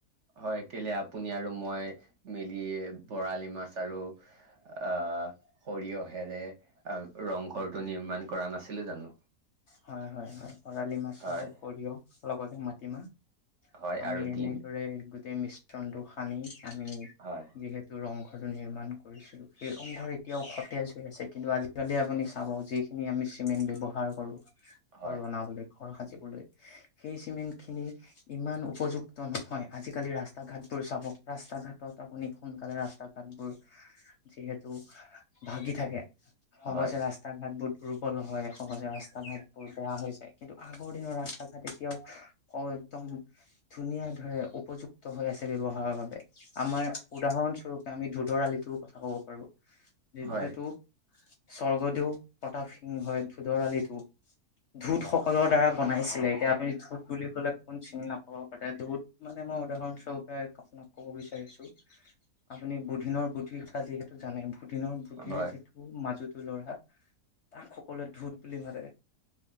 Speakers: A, on the right; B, on the left.
A: হয় কেলে আপুনি আৰু মই মিলি বৰালি মাছ আৰু আহঁ সৰিয়হেৰে ৰংঘৰটো নিৰ্মাণ কৰা নাছিলো জানো
B: হয় হয় হয় বৰালি মাছ
A: হয়
B: আৰু সৰিয়হ লগতে মাটিমাহ
A: হয়
B: আমি
A: আৰু
B: এনেদৰে
A: দিম
B: গোটেই মিশ্ৰণটো সানি আমি
A: হয়
B: যিহেতু ৰংঘ টো নিৰ্মাণ কৰিছিলো সেইসমূহত এতিয়াও সতেজ হৈ আছে কিন্তু আজিকালি আপুনি চাব যিখিনি আমি চিমেণ্ট ব্যৱহাৰ কৰোঁ
A: হয়
B: ঘৰ বনাবলৈ ৰ সাজিবলৈ সেই চিমেণ্ট খিনি ইমান উপযুক্ত নহয় আজিকালি ৰাস্তা ঘাট চাব ৰাস্তা ঘাটত আপুনি সোনকালে ৰাস্তা ঘাটবোৰ যিহেতু ভাগি থাকে সহজে
A: হয়
B: ৰাস্তা ঘাট বহু দুৰ্বল হয় সহজে ৰাস্তা ঘাট বোৰ বেয়া হৈ যায় কিন্তু আগৰ দিনৰ ৰাস্তা ঘাট এতিয়াও একদম ধুনীয়া ধৰে উপযুক্ত হৈ আছে ব্যৱহাৰৰ বাবে আমাৰ উদাহৰণ স্বৰূপে আমি ধোদৰ আলিটোৰ কথা ক'ব পাৰো যেতিয়েতো
A: হয়
B: স্বৰ্গদেউ প্ৰতাপ সিংহই হয় ধুদৰ আলিটো ধোত সকলৰ দ্বাৰা বনাইছিলে এতিয়া আপুনি ধোত বুলি কলে চিনি নাপাব পাৰে বহুত মানে মই উদাহৰণস্বৰূপে আপোনাক কব বিচাৰিছো আপুনি বুধিনৰ বুদ্ধিৰ কথা যিহেতু জানে দিনৰ বুদ্ধিৰ
A: হয়
B: যিটো মাজুটো ল'ৰা তাক সকলোৱে ধূত বুলি ভাবে